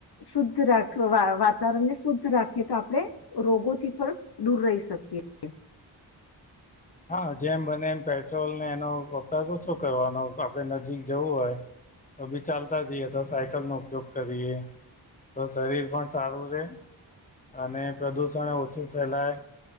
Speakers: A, on the left; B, on the left.
A: શુદ્ધ રાખ વાતાવરણને શુદ્ધ રાખીએ તો આપડે રોગોથી પણ દૂર રહી શકએ <unintelligible>
B: હા જેમ બને એમ પેટ્રોલને એનો વપરાશ ઓછો કરવાનો આપડે નજીક જવું હોય તો બી ચાલતા જઈએ તો સાયકલનો ઉપયોગ કરીએ તો શરીર પણ સારું રે અને પ્રદુષણ ઓછું ફેલાય